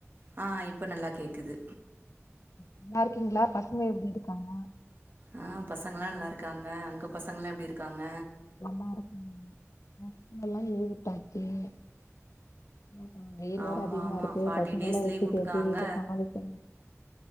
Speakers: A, on the right (about 45°); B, on the left (about 85°).
A: ஹா இப்ப நல்லா கேக்குது
B: நல்லா இருக்கீங்களா பசங்க எப்படி இருக்காங்க
A: ஹா பசங்க எல்லாம் நல்லா இருக்காங்க அங்க பசங்கல்லாம் எப்படி இருக்காங்க
B: <unintelligible> வெயில்
A: ஆமா-ஆமா
B: வேற அதிகமா இருக்கு
A: பாட்டி
B: பசங்கல்லா
A: டேஸ்
B: வச்சுட்டு
A: லீ்வ் விட்டுக்காங்க
B: எப்டி வீட்ல சமாளிக்கிறது